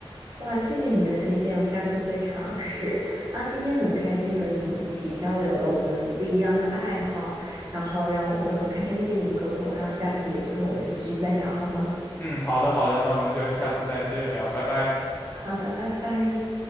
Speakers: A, on the right (about 35°); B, on the left (about 20°).
A: 哇，谢谢你的推荐，我下次会尝试。啊，今天很开心和你一起交流了我们不一样的爱好，然后让我很开心跟你沟通，然后下次有机会我们继续再聊好吗？
B: 嗯，好的好的，那我们就下次再接着聊，拜拜。
A: 好的，拜拜。